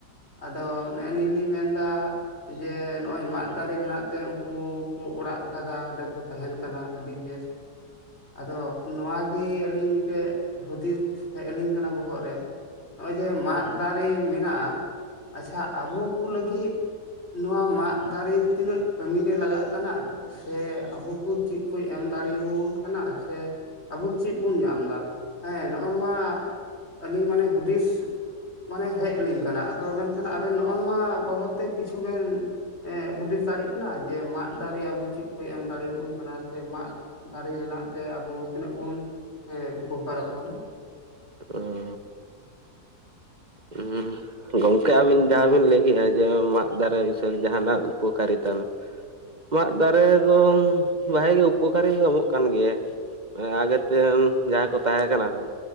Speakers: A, on the left (about 40°); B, on the right (about 25°).
A: ᱟᱫᱚ ᱱᱮᱜᱼᱮ ᱱᱤ ᱞᱤᱧ ᱢᱮᱱ ᱫᱟ ᱡᱮ ᱱᱚᱜᱼᱚᱭ ᱢᱟᱫ ᱫᱟᱨᱮ ᱢᱮᱱᱟᱜ ᱛᱮ ᱩᱱᱠᱩ ᱠᱩ ᱚᱲᱟᱜ ᱟᱠᱟᱫᱟ ᱚᱸᱰᱮ ᱠᱩ ᱛᱟᱦᱮᱸᱱ ᱠᱟᱱᱟ᱾ ᱟᱹᱰᱤ ᱵᱮᱥ ᱟᱫᱚ ᱱᱚᱣᱟ ᱠᱤ ᱟᱹᱞᱤᱧ ᱢᱤᱫᱴᱮᱡ ᱦᱩᱫᱤᱥ ᱦᱮᱡ ᱟᱹᱞᱤᱧ ᱠᱟᱱᱟ ᱵᱚᱦᱚᱜ ᱜ ᱨᱮ ᱾ ᱱᱚᱜᱼᱚᱭ ᱡᱮ ᱢᱟᱫ ᱫᱟᱨᱮ ᱢᱮᱱᱟᱜᱼᱟ᱾ ᱟᱪᱪᱷᱟ ᱟᱵᱚ ᱠᱚ ᱞᱟᱹᱜᱤᱫ ᱱᱚᱣᱟ ᱢᱟᱫ ᱫᱟᱨᱮ ᱛᱤᱱᱟᱹᱜ ᱠᱟᱹᱢᱤ ᱨᱮ ᱞᱟᱜᱟᱜ ᱠᱟᱱᱟ ᱾ ᱥᱮ ᱟᱵᱚ ᱠᱚ ᱪᱮᱫ ᱠᱚ ᱮᱢ ᱫᱟᱲᱮᱭ ᱟᱵᱚᱱ ᱠᱟᱱᱟ ᱥᱮ ᱟᱵᱚ ᱪᱮᱫ ᱵᱚᱱ ᱧᱟᱢ ᱫᱟ? ᱦᱮᱸ ᱱᱚᱜᱼᱚ ᱱᱚᱣᱟ ᱟᱹᱞᱤᱧ ᱢᱟᱱᱮ ᱦᱩᱫᱤᱥ - ᱢᱟᱱᱮ ᱦᱮᱡ ᱟᱹᱞᱤᱧ ᱠᱟᱱᱟ ᱾ ᱟᱫᱚ ᱢᱮᱱᱠᱷᱟᱱ ᱟᱵᱮᱱ ᱱᱚᱜᱼᱚ ᱱᱚᱣᱟ ᱵᱟᱵᱚᱫ ᱛᱮ ᱠᱤᱪᱷᱩ ᱵᱮᱱ ᱮ ᱦᱩᱫᱤᱥ ᱫᱟᱲᱮᱜ ᱠᱟᱱᱟ ᱾ ᱡᱮ ᱢᱟᱫ ᱫᱟᱨᱮ ᱟᱵᱚ ᱪᱮᱫ ᱠᱚ ᱮᱢ ᱫᱟᱲᱮᱭ ᱟᱵᱚᱱ ᱠᱟᱱᱟ? ᱥᱮ ᱢᱟᱫ ᱫᱟᱨᱮ ᱢᱮᱱᱟᱜ ᱛᱮ ᱟᱵᱚ ᱛᱤᱱᱟᱹᱜ ᱵᱩᱱ ᱩᱯᱚᱠᱟᱨᱚᱜ ᱠᱟᱱᱟ ᱾
B: ᱚ ᱦᱩᱸ ᱾ ᱜᱚᱝᱠᱮ ᱟᱵᱤᱱ ᱡᱟᱦᱟᱸ ᱵᱤᱱ ᱞᱟᱹᱭ ᱠᱮᱜᱼᱟ᱾ ᱡᱮ ᱢᱟᱫ ᱫᱟᱨᱮ ᱥᱮ ᱡᱟᱦᱟᱸᱱᱟᱜ ᱩᱯᱚᱠᱟᱨᱤᱛᱟ ᱢᱟᱫ ᱫᱟᱨᱮ ᱫᱚ ᱵᱷᱟᱜᱮ ᱜᱮ ᱩᱯᱚᱠᱟᱨᱤ ᱮᱢᱚᱜ ᱠᱟᱱ ᱜᱮᱭᱟ ᱾ ᱟᱜᱮᱛᱮ ᱡᱟᱦᱟᱸᱭ ᱠᱚ ᱛᱟᱦᱮᱸ ᱠᱟᱱᱟ ᱠᱚ